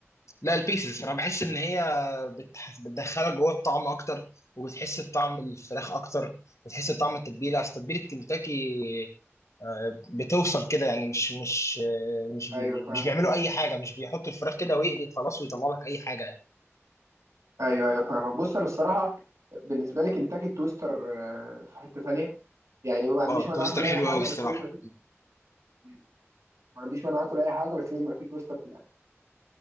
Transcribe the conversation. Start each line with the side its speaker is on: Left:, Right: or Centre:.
Left: لا البيسز انا بحس ان هي بتح... بتدخلك جوه الطعم اكتر وبتحس بطعم الفراخ اكتر بتحس بطعم التتبيله اصل تتبيله كنتاكي آه، بتوصل كده يعني مش مش آه، مش بي...
Right: ايوه فاهم
Left: مش بيعملوا اي حاجه مش بيحطوا الفراخ كده ويقلي خلاص ويطلع لك اي حاجه يعني
Right: ايوه ايوه فاهمك بص انا الصراحة بالنسبة لي كنتاكي التويستر آه، في حتة تانية يعني ما عنديش
Left: اه
Right: مانع
Left: توستر
Right: اكل اي
Left: حلو
Right: حاجة
Left: قوي الصراحه
Right: بس لازم يبقى في مم. ما عنديش مانع اكل اي حاجة بس لازم يبقى في تويستر في الاكل